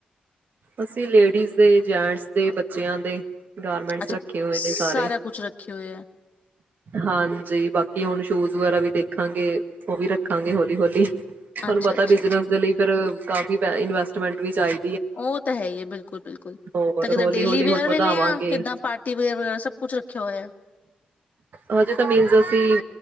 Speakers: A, on the right (about 65°); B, on the left (about 55°).
A: ਅਸੀਂ ਲੇਡੀਜ਼ ਦੇ, ਜੈਂਟਸ ਦੇ, ਬੱਚਿਆਂ ਦੇ ਗਾਰਮੈਂਟਸ
B: ਅੱਛਾ
A: ਰੱਖੇ ਹੋਏ
B: ਸਾਰਾ
A: ਨੇ ਸਾਰੇ
B: ਕੁਛ ਰੱਖੇ ਹੋਏ ਐ।
A: ਹਾਂਜੀ ਬਾਕੀ ਹੁਣ ਸ਼ੂਜ ਵਗੈਰਾ ਵੀ ਦੇਖਾਂਗੇ। ਉਹ ਵੀ ਰੱਖਾਂਗੇ ਹੌਲੀ-ਹੌਲੀ। ਤੁਹਾਨੂੰ
B: ਅੱਛਾ,
A: ਪਤਾ
B: ਅੱਛਾ,
A: ਬਿਜਨਸ
B: ਅੱਛਾ
A: ਦੇ ਲਈ ਫਿਰ ਕਾਫੀ ਪੈ ਇਨਵੈਸਟਮੈਂਟ ਵੀ ਚਾਹੀ
B: ਉਹ ਤਾਂ ਹੈ ਹੀ ਹੈ ਬਿਲਕੁਲ ਬਿਲਕੁਲ,
A: ਹੋਰ
B: ਤਾਂ ਕਿਦਾਂ
A: ਹੌਲੀ
B: ਡੇਲੀ
A: ਹੌਲੀ
B: ਵੇਅਰ
A: ਹੁਣ ਵਧਾਵਾਂਗੇ
B: ਲੈ ਲਿਆ ਕਿੱਦਾਂ ਪਾਰਟੀ ਵੇਅਰ ਵਗੈਰਾ ਸਭ ਕੁਛ ਰੱਖਿਆ ਹੋਇਆ?
A: ਹਜੇ ਤਾਂ ਮੀਨਸ ਅਸੀਂ